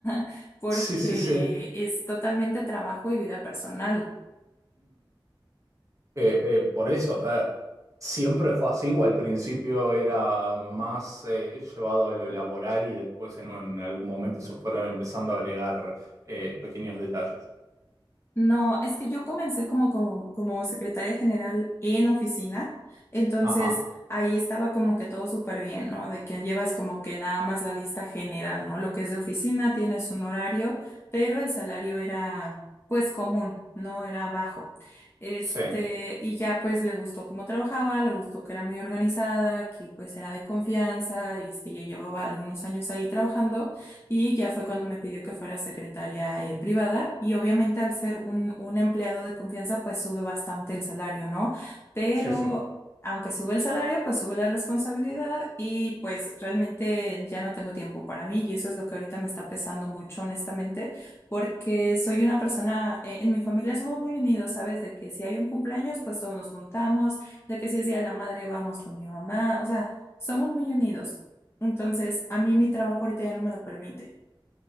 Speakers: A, on the left; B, on the right.
A: <laughs> porque
B: Sí, sí, sí.
A: es totalmente trabajo y vida personal.
B: Eh, eh, por eso, eh, siempre fue así, o al principio era más eh, llevado a lo laboral y después en, en algún momento se fueron empezando a agregar eh, pequeños detalles.
A: No, es que yo comencé como, como, como secretaria general en oficina, entonces
B: Ajá,
A: ahí estaba como que todo súper bien, ¿no? De que llevas como que nada más la lista general, ¿no? Lo que es de oficina, tienes un horario, pero el salario era pues común, no era bajo. Este,
B: sí,
A: y ya pues le gustó cómo trabajaba, le gustó que era muy organizada, que pues era de confianza, este, ya llevaba algunos años ahí trabajando. Y ya fue cuando me pidió que fuera secretaria eh, privada y obviamente al ser un, un empleado de confianza pues sube bastante el salario, ¿no? Pero
B: sí, sí.
A: aunque sube el salario pues sube la responsabilidad y pues realmente ya no tengo tiempo para mí y eso es lo que ahorita me está pesando mucho honestamente porque soy una persona, eh, en mi familia somos muy unidos, ¿sabes? De que si hay un cumpleaños pues todos nos juntamos, de que si es día de la madre vamos con mi mamá, o sea, somos muy unidos. Entonces, a mí mi trabajo ahorita ya no me lo permite.